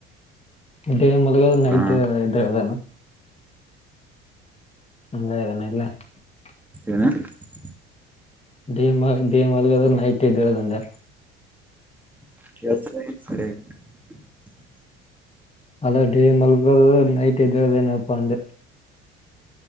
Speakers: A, on the left; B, in the centre.
A: ಡೇ ಮೊದಲ ನೈಟ್
B: ಹಾ
A: ಇದ್ದದಲ್ಲ, <unintelligible> ಹಂಗ್ ಏನಿಲ್ಲ? <unintelligible>
B: ಏನ್ <unintelligible>
A: ಡೇ ಮಲಗ ಡೇ ಮಲ್ಗದ ನೈಟ್ ಏದೂಳದ ಅಂದೇ
B: <unintelligible>
A: ಅಲ ಡೇ ಮಲಗೋದು ನೈಟ್ ಎದಳೋದೇನಪ ಅದೇ